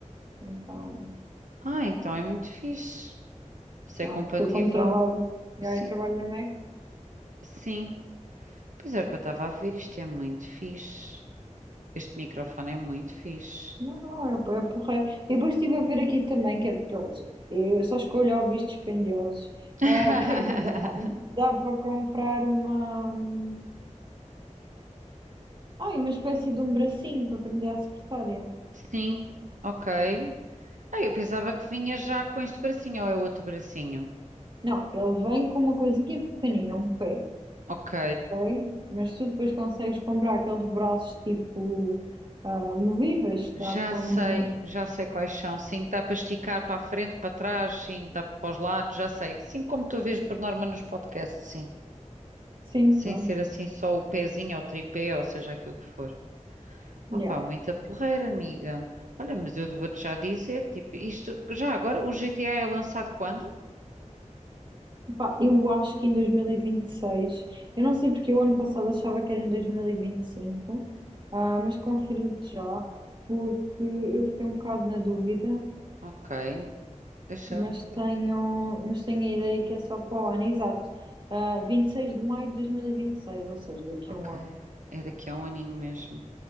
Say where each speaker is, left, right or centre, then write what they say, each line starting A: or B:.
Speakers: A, on the right; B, on the right.
A: Então,
B: Ah, então é muito fixe. Isso é
A: já,
B: compatível?
A: porque eu como trabalho, já
B: Sim,
A: eu trabalho no Mac.
B: sim. Pois é, o que eu estava a ver, isto é muito fixe. Este microfone é muito fixe.
A: Não, não, é, é porra. E depois estive a ver aqui também que é, pronto, eu só escolho hobbies dispendiosos.
B: <laughs>
A: Ah, que, é que dá dá para comprar uma... hum, Ai, uma espécie de um bracinho para prender à secretária.
B: Sim, ok. Ah, eu pensava que vinha já com este bracinho, ou é outro bracinho?
A: Não, ele vem com uma coisinha pequenina, um pé.
B: Ok.
A: ok? Mas tu depois consegues comprar aqueles braços tipo ah, movíveis que
B: Já
A: dá para
B: sei,
A: mover.
B: já sei quais são. Sim, dá para esticar para a frente, para trás, sim, dá para os lados, já sei. Sim, como tu vês por norma nos podcasts, sim.
A: Sim,
B: Sem
A: pronto.
B: ser assim só o pezinho ou o tripé, ou seja, aquilo que for.
A: Yeah.
B: Opa, muita porreira, amiga. Olha, mas eu vou-te já dizer, tipo, isto, já agora, o GTA é lançado quando?
A: Epá, eu acho que em 2026, eu não sei porque o ano passado achava que era em 2025, ah, mas confirmo-te já, porque eu fiquei um bocado na dúvida,
B: Ok, deixa
A: mas
B: eu
A: tenho,
B: ver.
A: mas tenho a ideia que é só para o ano, exato. Ah, 26 de maio de 2026, ou seja, daqui
B: Ok,
A: a um ano.
B: é daqui a um aninho mesmo.